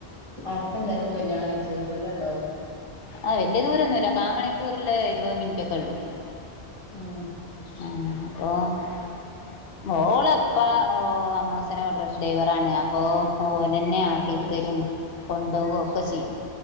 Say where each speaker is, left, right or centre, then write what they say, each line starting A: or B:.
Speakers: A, on the left; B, on the left.
A: അടുത്തന്താ കല്യാണം കഴിച്ചത് ദൂരം ഉണ്ടോ
B: ആ, വലിയ ദൂരൊമൊന്നുമില്ല കാ മണിക്കൂറല്ലെ, ഇരുപത് മിനിറ്റ് ഒക്കെ ഉള്ളു
A: ഉം
B: ഉ അപ്പൊ ഓള് അപ്പം ഓ അമ്മോസിനെ ഓട്ടോറിക്ഷ ഡ്രൈവറാണ് അപ്പോൾ അത്‌ പോലെ തന്നെ ആക്കിയക്കെ
A: ഏഹ്
B: തരും കൊണ്ട് പോകയൊക്കെ
A: അത് ശരി
B: ചെയ്യും